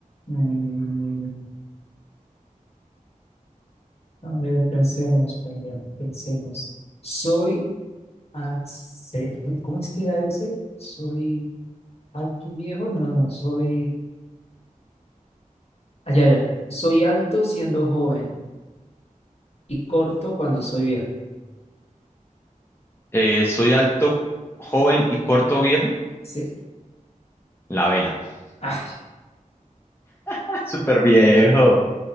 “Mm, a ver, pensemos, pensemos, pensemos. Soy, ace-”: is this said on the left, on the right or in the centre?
Left